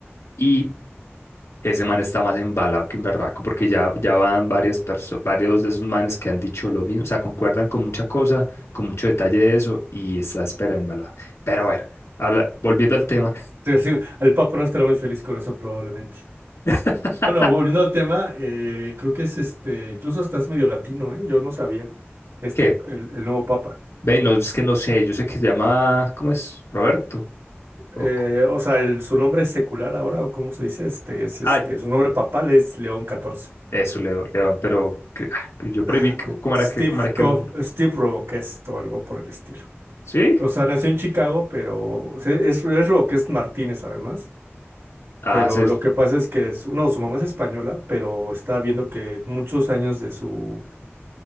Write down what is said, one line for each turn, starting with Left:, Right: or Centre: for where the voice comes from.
Left: y ese man está más embalado que un berraco porque ya, ya van varias perso- varios de esos manes que han dicho lo mismo, o sea, concuerdan con mucha cosa, con mucho detalle de eso y está espera embalado. Pero bueno, habla- volviendo al tema,
Right: Sí, sí, el papá no estará muy feliz con eso probablemente.
Left: <laughs>
Right: Bueno, volviendo al tema, eh, creo que es este, incluso hasta es medio latino, ¿eh? Yo no sabía, este,
Left: ¿qué?
Right: el, el nuevo Papa.
Left: Ve, no, es que no sé, yo sé que se llama, ¿cómo es? Roberto. o-
Right: Eh, o sea, el- su nombre es secular ahora, o cómo se dice, este, es este,
Left: Ah,
Right: su nombre papal es León XIV.
Left: Eso, Leo- León, pero cre- ah, yo por
Right: Ah,
Left: ahí vi co-
Right: eh,
Left: cómo
Right: Steve
Left: era que, cómo era que
Right: Cov-
Left: León.
Right: Steve Roboquest o algo por el estilo.
Left: ¿Sí?
Right: O sea, nació en Chicago, pero se- es, es Roques Martínez además.
Left: Ah,
Right: Pero
Left: se-
Right: lo que pasa es que su, no, su mamá es española, pero está viendo que muchos años de su,